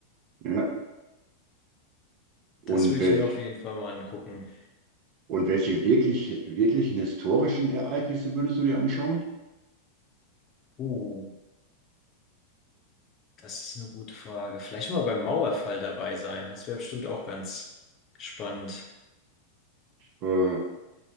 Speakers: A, on the right (about 40°); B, on the left (about 30°).
A: Ja. Und
B: Das würde
A: welch,
B: ich mir auf jeden Fall mal angucken.
A: und welche wirklich, wirklichen historischen Ereignisse würdest du dir anschauen?
B: Uh, das ist eine gute Frage. Vielleicht mal beim Mauerfall dabei sein. Das wäre bestimmt auch ganz spannend.
A: Äh,